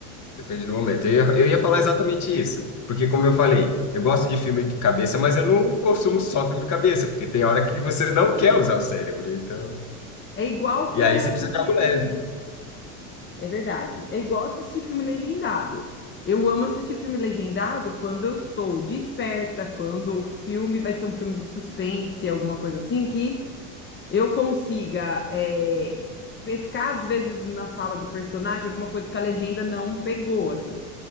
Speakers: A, on the left; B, on the left.
A: Depende do momento. Eu, ia- eu ia falar exatamente isso, porque como eu falei, eu gosto de filme de cabeça, mas eu não consumo só filme de cabeça, porque tem hora que você não quer usar o cérebro, então.
B: É igual
A: E
B: é,
A: aí você
B: assistir
A: precisa de algo leve.
B: filme. É verdade. É igual assistir filme legendado. Eu amo assistir filme legendado quando eu estou desperta, quando o filme vai ser um filme de suspense, alguma coisa assim, que eu consiga é, pescar, às vezes, na fala do personagem, alguma coisa que a legenda não pegou, assim.